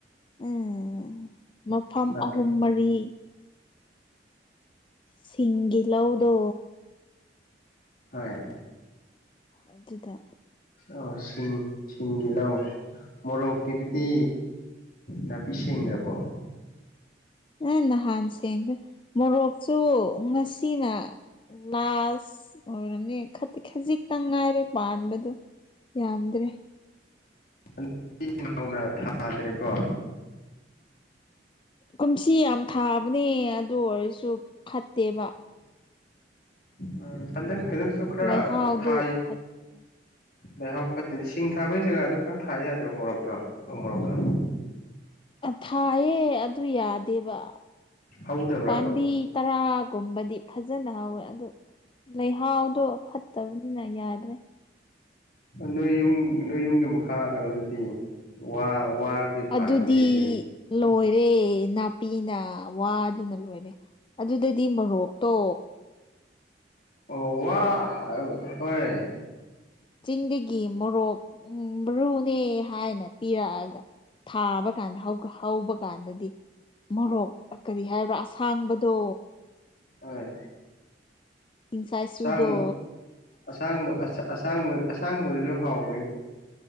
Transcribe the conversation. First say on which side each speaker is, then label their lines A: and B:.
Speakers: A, on the left (about 30°); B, on the left (about 55°).
A: ꯎꯝ ꯃꯐꯝ
B: ꯅꯥꯄꯤ
A: ꯑꯍꯨꯝ ꯃꯔꯤ ꯁꯤꯡꯒꯤꯍꯧꯗꯣ
B: ꯍꯣꯏ
A: ꯑꯗꯨ ꯑꯗꯨꯗ
B: ꯑ ꯁꯤꯡ ꯁꯤꯡꯒꯤ ꯂꯑꯣ ꯃꯣꯔꯣꯛꯀꯤꯗꯨꯗꯤ
A: ꯎꯝ
B: ꯅꯥꯄꯤ ꯁꯦꯡꯗ꯭ꯔꯕꯣ
A: ꯅꯪ ꯅꯍꯥꯟ ꯁꯦꯡꯒꯦ ꯃꯣꯔꯣꯛꯁꯨ ꯉꯁꯤꯅ ꯂꯥꯁ ꯑꯣꯏꯔꯝꯅꯦ ꯈꯖꯤꯛꯇꯪ ꯉꯥꯏꯔꯦ ꯄꯥꯟꯕꯗꯨ ꯌꯥꯝꯗ꯭ꯔꯦ
B: ꯎꯗ ꯏꯅꯥꯎꯅ ꯊꯥꯗ꯭ꯔꯦꯀꯣ
A: ꯀꯨꯝꯁꯤ ꯌꯥꯝ ꯊꯥꯕꯅꯦ ꯑꯗꯨ ꯑꯣꯏꯔꯁꯨ ꯐꯠꯇꯦꯕ
B: ꯎꯝ ꯍꯟꯗꯛ ꯀꯩꯅꯣꯁꯨ ꯈꯔ
A: ꯂꯩꯍꯥꯎꯗꯨ
B: ꯊꯥꯏ
A: ꯐꯠꯇꯕ
B: ꯂꯩꯍꯥꯎ ꯐꯠꯇꯗꯤ ꯁꯤꯡ ꯊꯥꯕꯒꯤ ꯖꯒꯥꯗꯣ ꯈꯔ ꯊꯥ ꯌꯥꯗ꯭ꯔꯣ ꯃꯣꯔꯣꯛꯇꯣ ꯅ ꯃꯣꯔꯣꯛꯇꯣ
A: ꯊꯥꯏꯌꯦ ꯑꯗꯨ ꯌꯥꯗꯦꯕ
B: ꯍꯧꯗꯕ꯭ꯔꯕ
A: ꯄꯥꯝꯕꯤ ꯇꯔꯥ ꯨꯝꯕꯗꯤ ꯐꯖꯅ ꯍꯥꯎꯋꯦ ꯑꯗꯨ ꯂꯩꯍꯥꯎꯗꯣ ꯐꯠꯇꯕꯅꯤꯅ ꯌꯥꯗ꯭ꯔꯦ
B: ꯅꯣꯏ ꯌꯨꯝ ꯅꯣꯏ ꯌꯨꯝꯒꯤ ꯃꯈꯥ ꯀꯩꯅꯣꯗꯨꯗꯤ ꯋꯥ ꯋꯥꯒꯤ ꯐꯥꯒꯩꯅꯣꯗꯨꯗꯤ
A: ꯑꯗꯨꯗꯤ ꯂꯣꯏꯔꯦ ꯅꯥꯄꯤꯅ ꯋꯥꯗꯨꯅ ꯂꯣꯏꯔꯦ ꯑꯗꯨꯗꯗꯤ ꯃꯔꯣꯔꯣꯛꯇꯣ
B: ꯑꯣ ꯋꯥ ꯍꯣꯏ
A: ꯆꯤꯡꯗꯒꯤ ꯃꯣꯔꯣꯛ ꯎ ꯃꯔꯨꯅꯦ ꯍꯥꯏꯅ ꯄꯤꯔꯛꯑꯒ ꯊꯥꯕ ꯀꯥꯟꯗ ꯍꯧꯕ ꯀꯥꯟꯗꯗꯤ ꯃꯣꯔꯣꯛ ꯀꯔꯤ ꯍꯥꯏꯕ꯭ꯔꯥ ꯑꯁꯥꯡꯕꯗꯣ
B: ꯍꯣꯏ
A: ꯇꯤꯡꯁꯥꯏꯆꯨꯗꯣ
B: ꯑꯁꯥꯡꯕ ꯑꯁꯥꯡꯕ ꯑꯁꯥꯡꯕ ꯑꯁꯥꯡꯕꯗꯁꯨ ꯍꯥꯎꯋꯤ